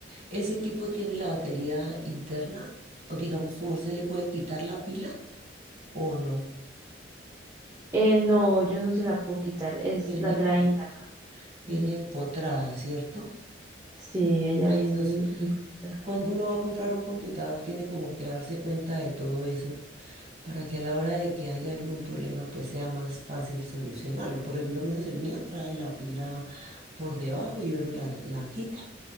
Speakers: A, on the right (about 40°); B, on the right (about 15°).
A: ¿ese equipo tiene la batería interna? O digamos, ¿cómo se le puede quitar la pila o no?
B: Eh, no, yo no se la puedo quitar, es
A: Tiene,
B: la trae
A: empo-
B: interna.
A: tiene
B: Mm,
A: empotrada, ¿cierto?
B: Sí, ella
A: Ay,
B: viene
A: Dios,
B: incrustada.
A: Cuando uno va a comprar un computador, tiene como que darse cuenta de todo eso para que a la hora de que haya algún problema, pues sea más fácil solucionarlo. Por lo menos el mío trae la pila por debajo y uno la, la quita,